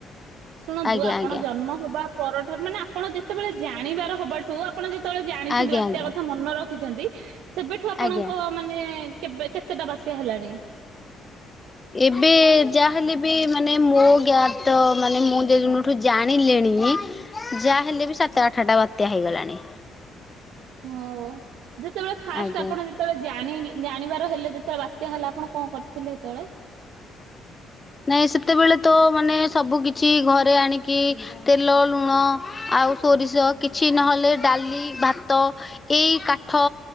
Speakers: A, on the right; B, on the left.
A: ଶୁଣନ୍ତୁ
B: ଆଜ୍ଞା
A: ଆପଣ
B: ଆଜ୍ଞା
A: ଜନ୍ମ ହବା ପରଠାରୁ ମାନେ ଆପଣ ଯେତେବେଳେ ଜାଣିବାର ହବାଠୁ ଆପଣ ଯେ ଳେ ଜାଣିଛନ୍ତି
B: ଆଜ୍ଞା
A: ବାତ୍ୟା
B: ଆଜ୍ଞା
A: କଥା ମନେ ରଖିଛନ୍ତି ସେବେଠୁ ଆପଣଙ୍କ
B: ଆଜ୍ଞା।
A: ମାନେ କେବେ କେତେଟା ବାତ୍ୟା ହେଲାଣି
B: ଏବେ ଯାହାହେଲେ ବି ମାନେ ମୋ ଗ୍ଞ ତ ମାନେ ମୁଁ ଯେଦିନଠୁ ଜାଣିଲିଣି ଯାହା ହେଲେ ବି ସାତ ଆଠଟା ବାତ୍ୟା ହେଇଗଲାଣି
A: ଓହୋ ଯେତେବେଳେ ଫାଷ୍ଟ
B: ଆଜ୍ଞା।
A: ଆପଣ ଯେତେବେଳେ ଜା ଜାଣିବାର ହେଲେ ଯେତେବେଳେ ବାତ୍ୟା ହେଲା ଆପଣ କଣ କରିଥିଲେ ସେତେବେଳେ
B: ନାଇଁ ସେତେବେଳେ ତ ମାନେ ସବୁ କିଛି ଘରେ ଆି ତେଲ ଲୁଣ ଆଷ କିଛି ନହେଲେ ଡାଲି ଭାତ ଏଇ କାଠ